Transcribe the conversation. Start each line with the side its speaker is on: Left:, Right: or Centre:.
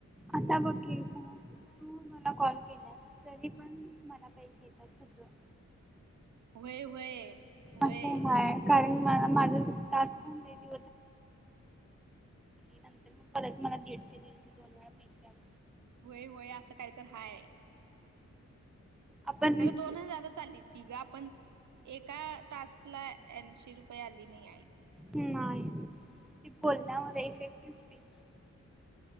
Centre: आता बघ की, समज तू मला कॉल केलास तरी पण मलाहि- <unintelligible> येतात तुझं.
Right: व्हय व्हय. व्हय
Centre: असं नाय. कारण मला माझ टास्क <unintelligible> फोन केलीती. नंतर मग परत मला दीडशे दीडशे दोन वेळा पैसे आले.
Right: व्हय व्हय. असं काही तर हाय.
Centre: आपण रिसिव
Right: खरं दोन हजार चाल <unintelligible> हिला पण एका टास्क ला ऐशी रुपये आली नाही आहेत.
Centre: नाही. ते बोलण्या मधे इफेक्टिव्ह- स्पीच